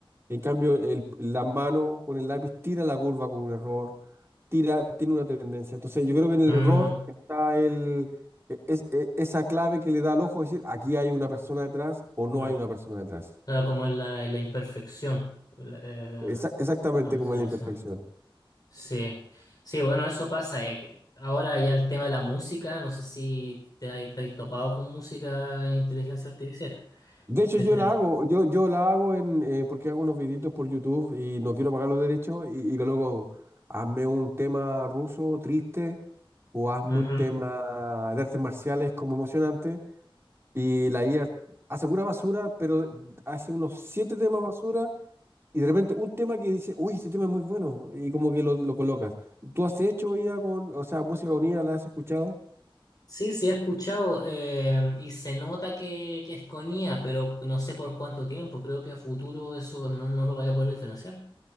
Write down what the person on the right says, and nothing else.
En cambio, el- la mano con el lápiz tira la curva con un error, tira, tiene una tendencia. Entonces, yo creo que en el
error está el, e- es- e- esa clave que le da al ojo decir, aquí hay una persona detrás o no
hay una persona detrás.
Esa- exactamente
como
en la imperfección.
De hecho,
yo la hago, yo, yo la hago en, eh, porque hago unos videitos por YouTube y no quiero pagar los derechos y, y que luego hazme un tema ruso triste o hazme
un tema de artes marciales como emocionante y la IA hace pura basura, pero hace unos siete temas basura y de repente un tema que dice, uy, este tema es muy bueno y como que lo, lo colocas. ¿Tú has hecho IA con, o sea, música con IA, la has escuchado?